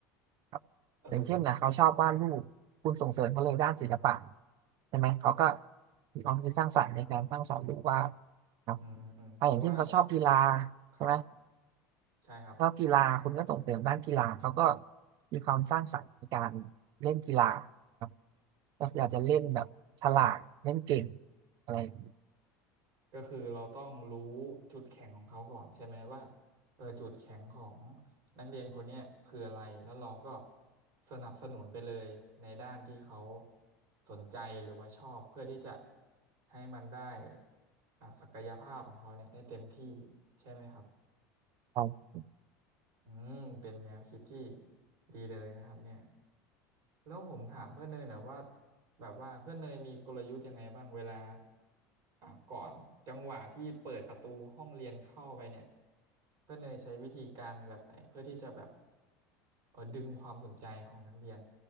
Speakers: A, on the right; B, on the right.
A: ครับอย่างเช่นนะเขาชอบวาดรูปคุณส่งเสริมเขาเลยด้านศิลปะ
B: เออ
A: ใช่ไหมเขาก็มีความคิดสร้างสรรค์ในการสร้างสรรค์รูปวาดครับ
B: อืมเพราะว่า
A: อ่ะอย่างเช่นเขาชอบกีฬา
B: ครับ
A: ใช่ไหม
B: ใช่ครับ
A: ชอบกีฬาคุณก็ส่งเสริมด้านกีฬาเขาก็มีความสร้างสรรค์ในการเล่นกีฬาครับก็คืออาจจะเล่นแบบฉลาดเล่นเก่ง
B: อืม
A: อะไรอย่างนี้
B: ก็คือเราต้องรู้จุดแข็งของเขาก่อนใช่ไหมว่าเออจุดแข็งของนักเรียนคนเนี้ยคืออะไรแล้วเราก็สนับสนุนไปเลยในด้านที่เขาสนใจหรือว่าชอบเพื่อที่จะให้มันได้อ่ะศักยภาพของเขาเนี่ยได้เต็มที่ใช่ไหมครับ
A: ครับ
B: อืมเป็นแนวคิดที่ดีเลยนะครับเนี่ย แล้วผมถามเพื่อนเนยหนะว่าแบบว่าเพื่อนเนยมีกลยุทธ์ยังไงบ้างเวลาอ่ะก่อนจังหวะที่เปิดประตูห้องเรียนเข้าไปเนี่ยเพื่อนเนยใช้วิธีการแบบไหนเพื่อที่จะแบบเออดึงความสนใจของนักเรียน